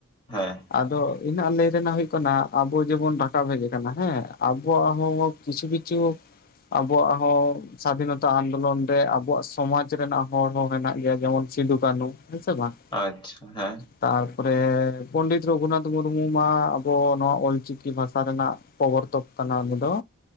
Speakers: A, on the left; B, on the left.
A: ᱦᱮᱸ᱾
B: ᱟᱫᱚ ᱤᱱᱟᱹᱜ ᱞᱟᱹᱭ ᱨᱮᱱᱟᱜ ᱦᱩᱭᱩᱜ ᱠᱟᱱᱟ᱾ ᱟᱵᱚ ᱡᱮᱢᱚᱱ ᱰᱷᱟᱹᱠᱟᱹ ᱵᱷᱮᱜᱮ ᱠᱟᱱᱟ ᱦᱮᱸ ᱟᱵᱚᱣᱟᱜ ᱦᱚᱸ ᱠᱤᱪᱷᱩ ᱠᱤᱪᱷᱩ ᱟᱵᱚᱣᱟᱜ ᱦᱚᱸ ᱥᱟᱫᱷᱤᱱᱚᱛᱟ ᱟᱱᱫᱳᱞᱚᱱ ᱨᱮ ᱟᱵᱚᱣᱟᱜ ᱥᱚᱢᱟᱡᱽ ᱨᱮᱱᱟᱜ ᱦᱚᱲ ᱦᱚᱸ ᱦᱮᱱᱟᱝ ᱜᱮᱭᱟ, ᱡᱮᱢᱚᱱ ᱥᱤᱫᱩ ᱠᱟᱱᱦᱩ ᱦᱮᱸ ᱥᱮ ᱵᱟᱝ?
A: ᱟᱪᱪᱷᱟ, ᱦᱮᱸ᱾
B: ᱛᱟᱨᱯᱚᱨᱮ ᱯᱚᱸᱰᱤᱛ ᱨᱚᱜᱷᱩᱱᱟᱛᱷ ᱢᱩᱨᱢᱩ ᱢᱟ ᱟᱵᱚ ᱱᱚᱣᱟ ᱚᱞᱪᱤᱠᱤ ᱵᱷᱟᱥᱟ ᱨᱮᱱᱟᱜ ᱯᱚᱵᱚᱨᱛᱚᱠ ᱠᱟᱱᱟ, ᱚᱱᱟ ᱫᱚ